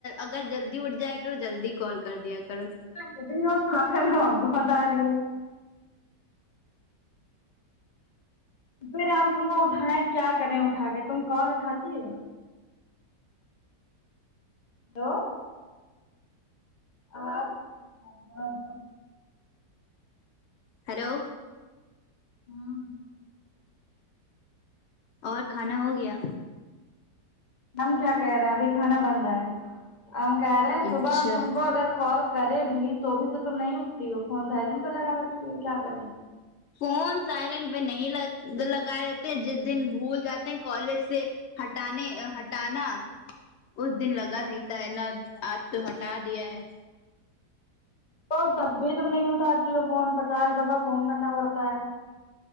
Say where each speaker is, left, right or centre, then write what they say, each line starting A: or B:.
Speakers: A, on the left; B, on the left.
A: اگر جلدی اٹھ جایا کرو جلدی کال کر دیا کرو
B: <unintelligible> پھر ہم تم کو اٹھائیں کیا کریں اٹھا کے تم کال اٹھاتی ہو ہیلو آواز <unintelligible>
A: ہیلو
B: ہاں
A: اور کھانا ہو گیا
B: ہم کیا کہہ رہے ہیں ابھی کھانا بن رہا ہے ہم کہہ رہے ہیں
A: اچھا
B: صبح ہم تم کو اگر کال کرے بھی تو بھی تو تم نہیں اٹتی ہو فون سیلنٹ پہ لگا رکھتی ہو کیا کریں
A: فون سائلینٹ میں نہیں لگائے رہتے ہیں جس دن بھول جاتے ہیں کالج سے ہٹانے ہٹانا اس دن لگا رہتا ہے نا آج تو ہٹا دیا ہے
B: تو تب بھی تم نہیں اٹھاتی ہو فون پچاس دفع فون کرنا پڑتا ہے